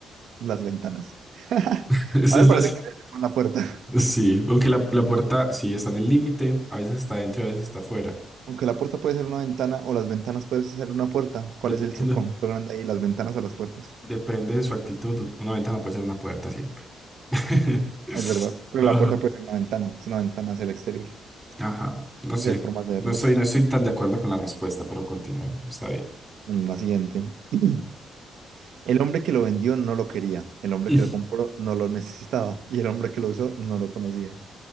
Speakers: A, on the right (about 65°); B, in the centre.
A: Las ventanas. <laughs> A
B: <laughs> Esa
A: mí
B: es
A: me
B: las...
A: parece que debería ser más la puerta.
B: Sí, aunque la, la puerta sí está en el límite, a veces está dentro, a veces está afuera.
A: Aunque la puerta puede ser una ventana o las ventanas pueden ser una puerta. ¿Cuál
B: Dependiendo.
A: es el subconjunto grande ahí? ¿Las ventanas o las puertas?
B: Depende de su actitud. Una ventana puede ser una puerta siempre. <laughs>
A: Es verdad, pero
B: Ajá.
A: la puerta puede ser una ventana. Es una ventana hacia el exterior.
B: Ajá, no
A: No
B: sé.
A: sé, hay formas de verlos.
B: No estoy, no estoy tan de acuerdo con la respuesta, pero continuemos. Está bien.
A: Mm, La siguiente. <clears throat> El hombre que lo vendió no lo quería. El hombre
B: <laughs>
A: que lo compró no lo necesitaba. Y el hombre que lo usó no lo conocía.